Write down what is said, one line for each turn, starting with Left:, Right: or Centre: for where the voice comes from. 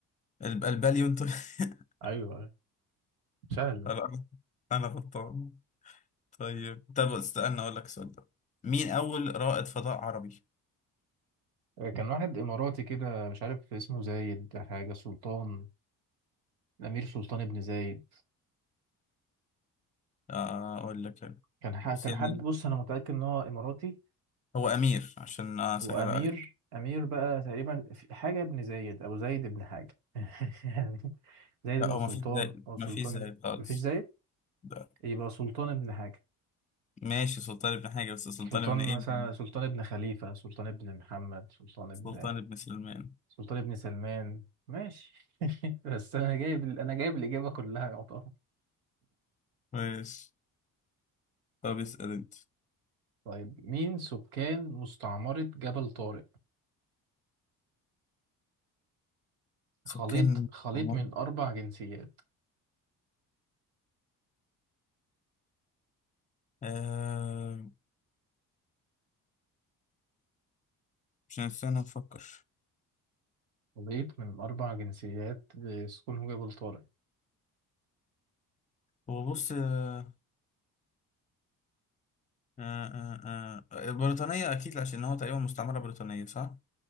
Left: الب- الباليونتولوجيا <laughs>
Right: أيوه سهل
Left: لا أنا غلطان طيب طب استنى اقول لك السؤال ده مين اول رائد فضاء عربي
Right: كان واحد إماراتي كده مش عارف اسمه زايد حاجة سلطان الأمير سلطان بن زايد
Left: آه، اقول لك يعني
Right: كان ح...
Left: بس
Right: كان
Left: يعني
Right: حد بص أنا متأكد إن هو إماراتي
Left: هو امير عشان اسهل
Right: وأمير
Left: عليك
Right: أمير بقى تقريبا في- حاجة ابن زايد أو زايد ابن حاجة <laughs> يعني زايد
Left: لا
Right: ابن
Left: هو
Right: سلطان
Left: ما فيش زي
Right: أو
Left: ما
Right: سلطان
Left: فيش زي خالص
Right: مفيش زايد
Left: ده
Right: يبقى سلطان ابن حاجة
Left: ماشي سلطان ابن حاجه بس سلطان
Right: سلطان
Left: ابن ايه
Right: مثلا
Left: يعني؟
Right: سلطان ابن خليفة سلطان ابن محمد سلطان ابن
Left: سلطان ابن سليمان
Right: سلطان ابن سلمان ماشي <laughs> بس أنا جايب أنا جايب الإجابة كلها يعتبر
Left: ماشي طب اسال انت
Right: طيب مين سكان مستعمرة جبل طارق
Left: سكان
Right: خليط خليط
Left: عمر
Right: من أربع جنسيات
Left: آه مش استنى نفكر
Right: خليط من أربع جنسيات بسكونه جبل طارق
Left: هو بص آه آه آه آه، بريطانية أكيد عشان هو تقريبا مستعمرة بريطانية صح؟